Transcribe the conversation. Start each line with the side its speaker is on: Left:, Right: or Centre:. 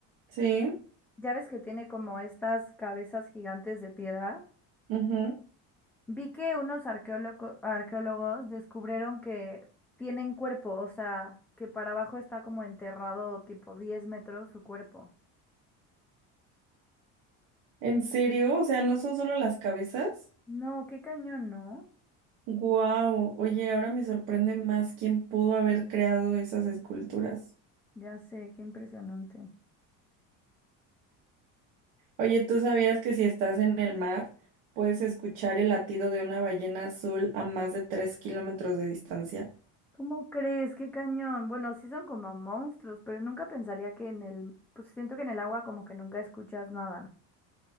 Right: Sí,
Centre: Ya ves que tiene como estas cabezas gigantes de piedra.
Right: ujú.
Centre: Vi que unos arqueólogo- arqueólogos descubrieron que tienen cuerpo, o sea, que para abajo está como enterrado tipo 10 metros su cuerpo.
Right: ¿En serio? O sea, ¿no son solo las cabezas?
Centre: No, qué cañón, ¿no?
Right: Wow. Oye, ahora me sorprende más quién pudo haber creado esas esculturas.
Centre: Ya sé, qué impresionante.
Right: Oye, ¿tú sabías que si estás en el mar, puedes escuchar el latido de una ballena azul a más de tres kilómetros de distancia?
Centre: ¿Cómo crees? Qué cañón. Bueno, sí son como monstruos, pero nunca pensaría que en el, pues siento que en el agua como que nunca escuchas nada.